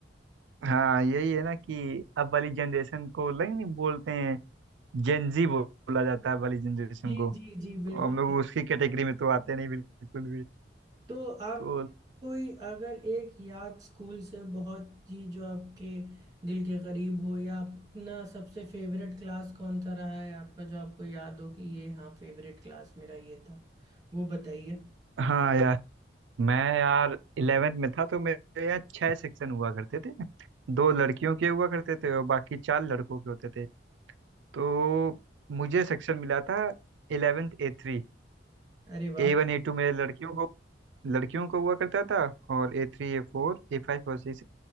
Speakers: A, on the right; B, on the right.
A: हाँ यही है ना कि अब वाली जनरेशन को लग नहीं बोलते हैं जेंजी बोला जाता है अब वाली जनरेशन
B: जी
A: को
B: जी जी बिल्कुल
A: और हम लोग उसकी कैटेगरी में तो आते नहीं बिल्कुल भी
B: तो आप
A: तो
B: कोई अगर एक याद स्कूल से बहुत ही जो आपके दिल के करीब हो या अपना सबसे फेवरेट क्लास कौन सा रहा है आपका जो आपको याद हो कि ये हाँ फेवरेट क्लास मेरा ये था वो बताइए
A: हाँ यार मैं यार इलेवेंथ में था तो मेरे यहाँ छह सेक्शन हुआ करते थे दो लड़कियों के हुआ करते थे और बाकी चार लड़कों के होते थे तो मुझे सेक्शन मिला था इलेवेंथ ए थ्री
B: अरे वाह
A: ए वन ए टू मेरे लड़कियों को लड़कियों को हुआ करता था और ए थ्री ए फोर ए फाइव और सिक्स